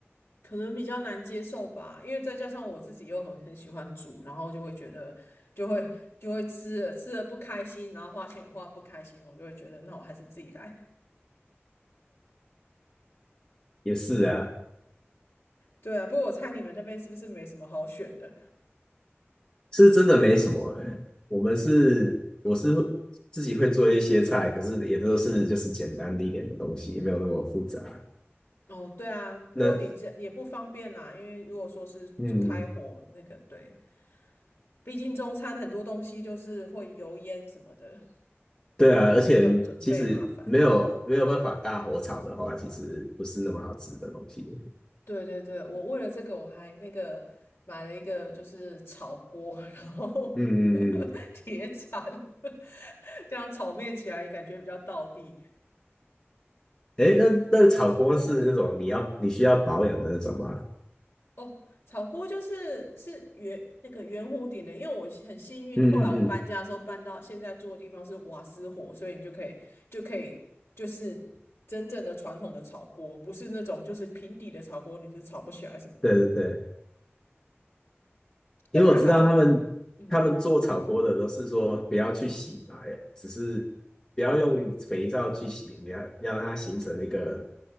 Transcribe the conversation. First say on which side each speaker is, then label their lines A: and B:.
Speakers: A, on the left; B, on the left.
A: 可能比较难接受吧。因为再加上我自己又很很喜欢煮，然后就会觉得就会就会吃了吃了不开心，然后花钱也花不开心，我就会觉得那我还是自己来。
B: 也是啊，
A: 对啊，不过我猜你们那边是不是没什么好选的？
B: 是真的没什么欸。我们是我是自己会做一些菜，可是也都是就是简单的一点的东西，没有那么复杂。
A: 哦，对啊，不过你这也不方便啦，
B: 那
A: 因为如果说是开火那个，
B: 嗯，
A: 对，毕竟中餐很多东西就是会油烟什么的，
B: 对啊，而且其实没有没有办法大火炒的话，
A: 又很准备麻烦。
B: 其实不是那么好吃的东西。
A: 对对对，我为了这个我还那个买了一个就是炒锅，然后
B: 嗯嗯嗯，
A: <laughs> 铁铲，<laughs> 这样炒面起来感觉比较道地。
B: 哎，那那个炒锅是那种你要你需要保养的那种吗？
A: 哦，炒锅就是是圆那个圆弧顶的，因为我很幸运，
B: 嗯嗯嗯，
A: 后来我搬家的时候搬到现在住的地方是瓦斯火，所以你就可以就可以就是真正的传统的炒锅，不是那种就是平底的炒锅，你是炒不起来什么的。
B: 对对对。
A: 但是还好就，
B: 因为我知道他们他们做炒锅的都是说不要去洗嘛，
A: 嗯，
B: 只是不要用肥皂去洗，你要要让它形成一个